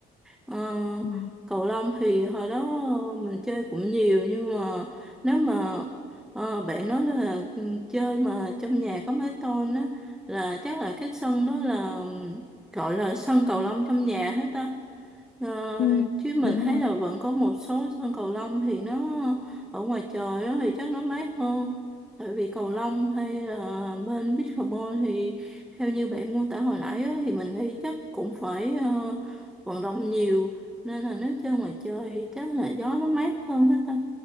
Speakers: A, in the centre; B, on the left.
A: Ờ,
B: Ừ.
A: cầu lông thì hồi đó ờ, mình chơi cũng nhiều nhưng mà nếu mà ờ, bạn nói là ừ, chơi mà trong nhà có mái tôn á là chắc là cái sân đó là gọi là sân cầu lông trong nhà hết á Ờ,
B: Ừ,
A: chứ
B: đúng
A: mình thấy
B: rồi.
A: là vẫn có một số sân cầu lông thì nó ở ngoài trời á thì chắc nó mát hơn tại vì cầu lông hay là bên pickleball thì theo như bạn mô tả hồi nãy á, thì mình nghĩ chắc cũng phải ờ, vận động nhiều nên là nếu chơi ngoài trời thì chắc là gió nó mát hơn hết ta.